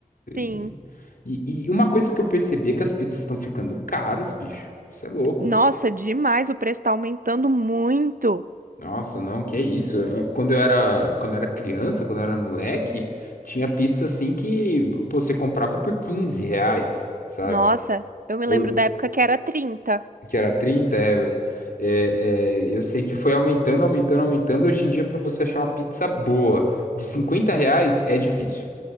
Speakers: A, on the right (about 70°); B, on the left (about 70°).
A: Sim.
B: E, e- e uma coisa que eu percebi é que as pizzas estão ficando caras, bicho. Isso é louco.
A: Nossa, demais, o preço tá aumentando muito.
B: Nossa, não, que é isso? É, Quando eu era, quando eu era criança, quando eu era moleque, tinha pizza assim que pô, você comprava por 15 reais, sabe?
A: Nossa, eu me
B: o-
A: lembro da época que era 30.
B: que era 30, é, é, é, eu sei que foi aumentando, aumentando, aumentando. Hoje em dia, para você achar uma pizza boa de 50 reais é difícil.